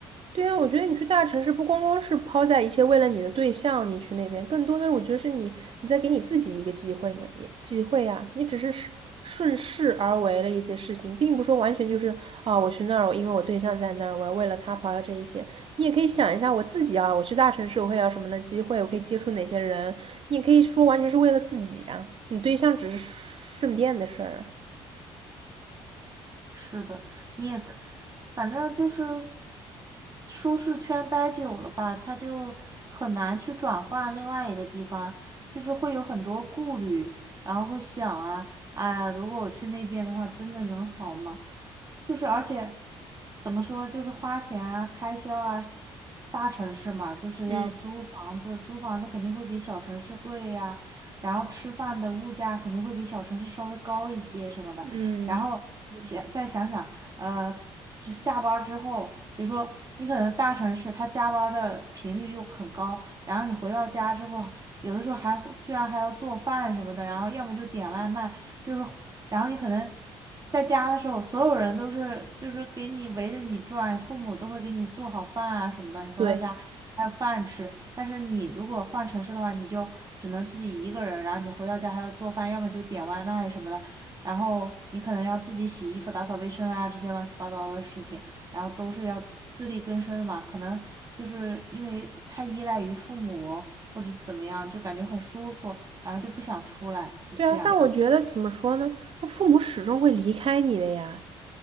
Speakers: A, on the right; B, on the right.
A: 对啊，我觉得你去大城市不光光是抛下一切为了你的对象，你去那边，更多的我觉得是你你在给你自己一个机会呢，也机会啊，你只是顺顺势而为了一些事情，并不说完全就是啊，我去那儿，我因为我对象在那儿，我要为了他抛下这一切。你也可以想一下我自己啊，我去大城市我会有什么的机会，我可以接触哪些人，你也可以说完全是为了自己啊，你对象只是顺便的事儿啊。
B: 是的，你也可，反正就是舒适圈待久了吧，他就很难去转换另外一个地方，就是会有很多顾虑，然后会想啊，哎呀如果我去那边的话，真的能好吗？就是而且怎么说，就是花钱啊、开销啊，大城市嘛，就是要租房子，
A: 嗯，
B: 租房子肯定会比小城市贵呀，然后吃饭的物价肯定会比小城市稍微高一些什么的。
A: 嗯，
B: 然后你想再想想，呃，就下班儿之后，比如说你可能大城市他加班儿的频率又很高，然后你回到家之后，有的时候还会居然还要做饭什么的，然后要么就点外卖，就是然后你可能在家的时候，所有人都是就是给你围着你转，父母都会给你做好饭啊什么的，你回到家还有饭吃。
A: 对。
B: 但是你如果换城市的话，你就只能自己一个人，然后你回到家还要做饭，要么就点外卖什么的。然后你可能要自己洗衣服、打扫卫生啊，这些乱七八糟的事情，然后都是要自力更生的嘛。可能就是因为太依赖于父母或者怎么样，就感觉很舒服，然后就不想出来，就是这样。
A: 对啊，但我觉得怎么说呢？他父母始终会离开你的呀。